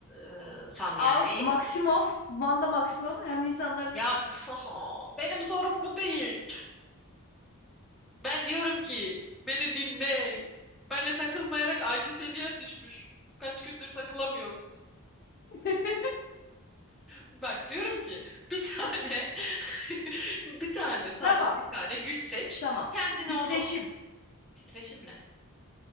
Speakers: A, in the centre; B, on the left (about 40°).
A: e, san yani.
B: Al Maximoff, Wanda Maximoff hem insanları
A: Ya <laughs> benim sorum bu değil. Ben diyorum ki beni dinle. Benle takılmayarak IQ seviyen düşmüş. Kaç gündür takılamıyoruz.
B: <laughs>
A: Bak diyorum ki bir tane <laughs> bir tane sadece
B: Tamam,
A: bir tane güç seç.
B: tamam.
A: Kendine
B: Titreşim.
A: onu titreşimle.